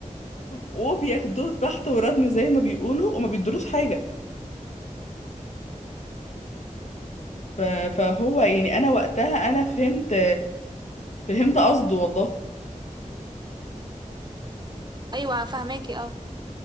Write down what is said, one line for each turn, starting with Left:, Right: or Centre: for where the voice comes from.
Left: وبياخدوه في بحث وردم زي ما بيقولوا وما بيدروش حاجه ف- فهو يعني انا وقتها انا فهمت فهمت قصده والله
Right: أيوه فاهماكي اه